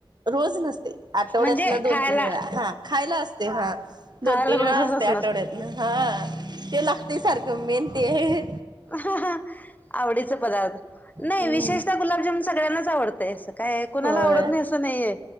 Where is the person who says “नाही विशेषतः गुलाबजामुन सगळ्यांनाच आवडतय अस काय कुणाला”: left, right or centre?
Left